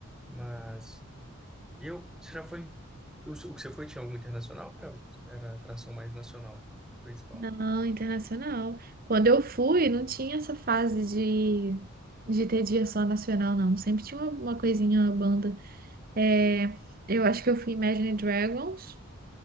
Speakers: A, in the centre; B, on the right.
A: Mas eu, você já foi, o, o que você foi tinha algum internacional? Era, era atração mais nacional, principal.
B: Não, internacional. Quando eu fui, não tinha essa fase de, de ter dia só nacional, não. Sempre tinha uma, uma coisinha, uma banda. É, eu acho que eu fui Imagine Dragons,